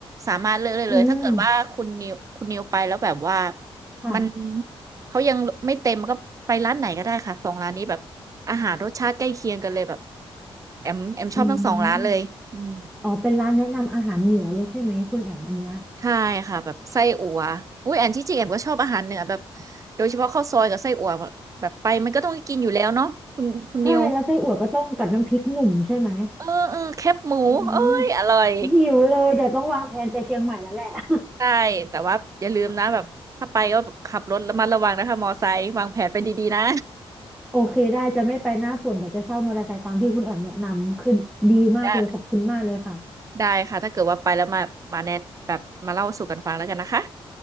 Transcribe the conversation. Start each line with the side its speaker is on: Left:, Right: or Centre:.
Right: สามารถเลือกได้เลยถ้าเกิดว่าคุณนิวคุณนิวไปแล้วแบบว่า
Centre: อืมค่ะ
Right: มันเขายังไม่เต็มก็ไปร้านไหนก็ได้ค่ะสองร้านนี้แบบอาหารรสชาติใกล้เคียงกันเลยแบบแอมแอมชอบทั้งสองร้านเลยอืม
Centre: อืมอ๋อเป็นร้านแนะนำอาหารเหนือเลยใช่ไหมคุณแอมอันเนี้ย
Right: ใช่ค่ะแบบไส้อั่วอุ้ยแอนที่จริงแอนก็ชอบอาหารเหนือแบบโดยเฉพาะข้าวซอยกับไส้อั่วแบบไปมันก็ต้องได้กินอยู่แล้วเนาะคุณคุณนิว
Centre: ใช่ แล้วไส้อั่วก็ต้องกับน้ำพริกหนุ่มใช่ไหม
Right: เออเออแคบหมูเอ้ยอร่อย
Centre: อืมหิวเลยเดี๋ยวต้องวางแผนไปเชียงใหม่แล้วแหละ <laughs>
Right: ใช่แต่ว่าอย่าลืมนะแบบถ้าไปก็ขับรถระมัดระวังนะคะมอไซค์วางแผนเป็นดีๆนะ
Centre: โอเคได้จะไม่ไปหน้าฝนแต่จะเช่ามอเตอร์ไซค์ตามที่คุณแอมแนะนำคือดีมากเลยขอบคุณมากเลยค่ะ
Right: <laughs> ได้ได้ค่ะถ้าเกิดว่าไปแล้วมามาแนะแบบมาเล่าสู่กันฟังแล้วกันนะคะ